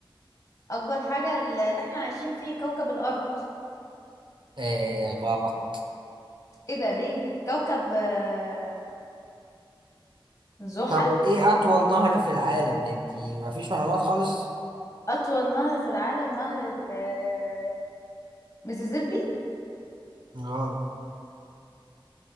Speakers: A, on the left; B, on the right.
A: اكبر حاجة اللي احنا عايشين فيه كوكب الارض
B: آه غلط
A: ايه ده ليه كوكب آه، زحل
B: طب ايه اطول نهر في العالم ده انت مفيش معلومات خالص
A: اطول نهر في العالم نهر ال- آه، ميسيسيبي
B: غلط